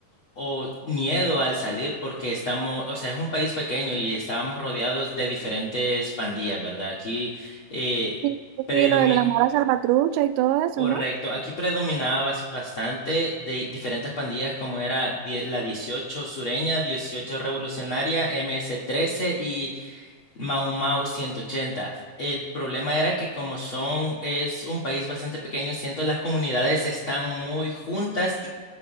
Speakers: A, on the left; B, on the right.
A: o miedo al salir porque estamos, o sea, es un país pequeño y estábamos rodeados de diferentes pandillas, ¿verdad? Aquí eh,
B: Sí,
A: predomi-
B: sí, lo de las malas salvatrucha y todo eso,
A: correcto,
B: ¿no?
A: aquí predominaba bas- bastante de diferentes pandillas como era die- la 18 sureña, 18 revolucionaria, ms trece y Mau Mau ciento ochenta El problema era que como son, es un país bastante pequeño, siento las comunidades están muy juntas